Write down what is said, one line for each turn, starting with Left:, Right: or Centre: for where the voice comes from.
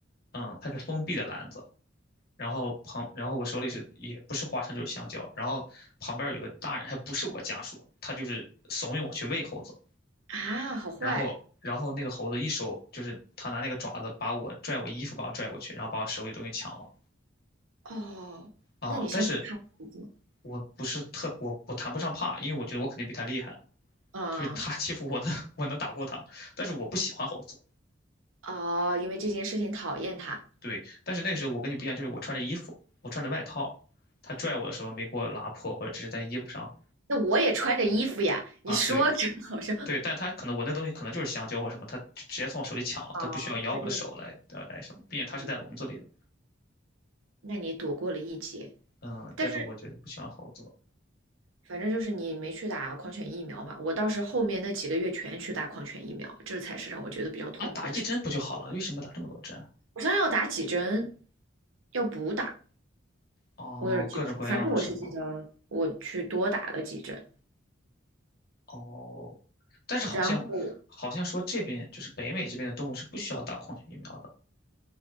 Left: 嗯，它是封闭的篮子，然后旁，然后我手里是也不是花生就是香蕉，然后旁边有个大人，还不是我家属，他就是怂恿我去喂猴子，
Right: 啊，好坏
Left: 然后然后那个猴子一手就是他拿那个爪子把我拽我衣服把我拽过去，然后把我手里东西抢了
Right: 哦。
Left: 啊，
Right: 那你现在怕猴子吗？
Left: 但是我不是特我我谈不上怕，因为我觉得我肯定比他厉害，
Right: 嗯，
Left: 就是他欺负我的 <laughs> 我能打过他，但是我不喜欢猴子。
Right: 哦，因为这件事情讨厌它。
Left: 对，但是那个时候我跟你不一样，就是我穿着衣服，我穿着外套，他拽我的时候没给我拉破，或者只是在衣服上
Right: 那我也穿着衣服呀，
Left: 啊，
Right: 你说着好像
Left: 对对，但他可能我那东西可能就是香蕉或什么，他直直接从我手里抢了，
Right: 啊，
Left: 他不需要咬我的手来呃来什么，
Right: 他就
Left: 并且他是在笼子里的，
Right: 嗯，那你躲过了一劫，
Left: 嗯，
Right: 但是
Left: 但是我觉得不喜欢猴子了
Right: 反正就是你没去打狂犬疫苗嘛。我倒是后面那几个月全去打狂犬疫苗，这才是让我觉得比较痛苦的事。
Left: 啊，打一针不就好了？为什么打这么多针啊？
Right: 我想想要打几针，要补打，
Left: 哦，
Right: 我有点记不住，
Left: 各种各样的什么
Right: 反正我是记得我去多打了几针。
Left: 哦，但是好像好像说这边就是北美这边的动物是不需要打狂犬疫苗的。
Right: 然后